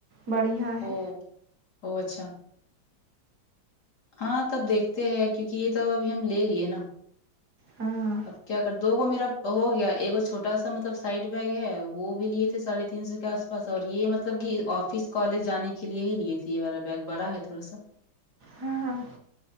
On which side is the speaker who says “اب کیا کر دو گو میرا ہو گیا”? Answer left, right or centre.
Left